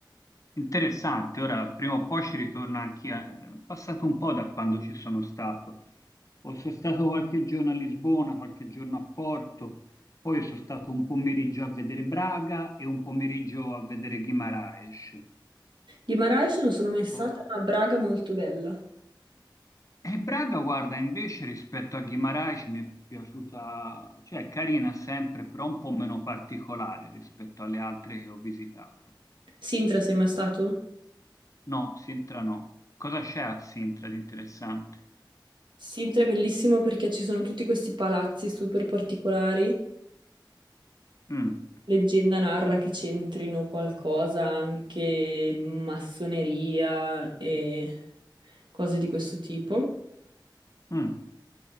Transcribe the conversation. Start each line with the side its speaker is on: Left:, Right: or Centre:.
Left: Interessante, ora prima o poi ci ritorno anch'io, è passato un po' da quando ci sono stato. Poi sono stato qualche giorno a Lisbona, qualche giorno a Porto, poi sono stato un pomeriggio a vedere Braga e un pomeriggio a vedere Guimarães.
Right: Guimarães non sono mai stata,
Left: Boh.
Right: ma Braga molto bella.
Left: E Braga, guarda, invece rispetto a Guimarães mi è piaciuta, cioè è carina sempre, però un po' meno particolare rispetto alle altre che ho visitato.
Right: Sintra, sei mai stato?
Left: No, Sintra no. Cosa c'è a Sintra di interessante?
Right: Sintra è bellissimo perché ci sono tutti questi palazzi super particolari
Left: Mm,
Right: Leggenda narra che c'entrino qualcosa anche massoneria e cose di questo tipo,
Left: mm,